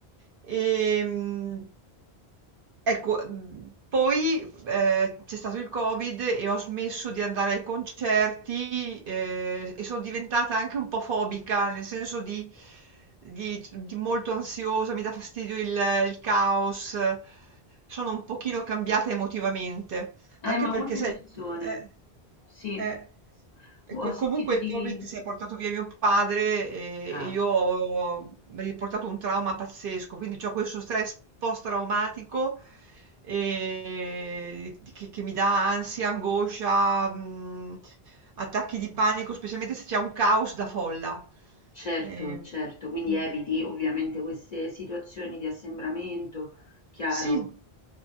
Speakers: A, on the right; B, on the left.
A: E, mh, ecco, mh, poi eh, c'è stato il Covid e ho smesso di andare ai concerti eh, e sono diventata anche un po' fobica, nel senso di di, di molto ansiosa, mi dà fastidio il, il caos, sono un pochino cambiata emotivamente.
B: eh,
A: Anche
B: ma
A: perché
B: molte
A: sai
B: persone.
A: eh,
B: Sì,
A: eh. E
B: ho
A: co
B: sentito
A: comunque
B: di...
A: il Covid si è portato via mio padre e
B: Ah,
A: e io ho mi ha riportato un trauma pazzesco, quindi c'ho questo stress post-traumatico, ehm, che che mi dà ansia, angoscia, mhmm, attacchi di panico, specialmente se c'è un caos da folla.
B: certo,
A: Ehm,
B: certo, quindi
A: mh,
B: eviti ovviamente queste situazioni di assembramento, chiaro.
A: sì,